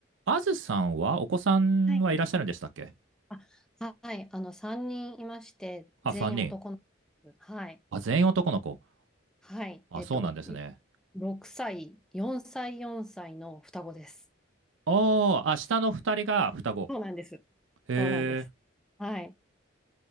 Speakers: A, on the right; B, in the centre.
A: あずさんは、お子さんはいらっしゃるんでしたっけ
B: はい。あ、はい。あの、3人いまして、
A: あ、
B: 全員男の子です。
A: 3人。
B: はい。
A: あ、全員男の子。
B: はい。
A: あ、
B: えっと、
A: そうなんですね。
B: い6歳、4歳、4歳の双子です。
A: おー、あ、下の2人が双子。
B: そうなんです。
A: へえ。
B: そうなんです。はい。